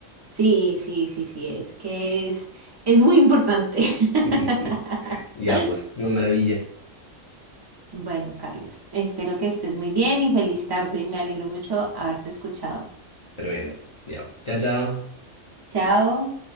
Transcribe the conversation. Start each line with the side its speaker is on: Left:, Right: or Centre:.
Right: Sí, sí, sí, sí, es que es, es muy importante. <laughs>
Left: <laughs> Ya, pues, una maravilla.
Right: Bueno, Carlos, espero que estés muy bien y feliz tarde. Me alegro mucho haberte escuchado.
Left: Tremendo. Ya, pues. Chao, chao.
Right: Chao.